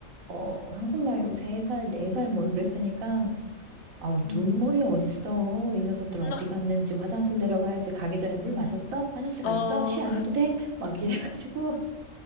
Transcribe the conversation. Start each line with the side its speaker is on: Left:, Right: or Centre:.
Right: 어, 한국 나이로 세살네 살네살뭐 이랬으니까 아우,
Left: 음,
Right: 눈물이 어딨어. 이 녀석들 어디
Left: 음.
Right: 갔는지 화장실 내려가야지. 가기 전에 물 마셨어? 화장실
Left: 어,
Right: 갔어? 쉬 안 해도 돼? 막 이래가지고.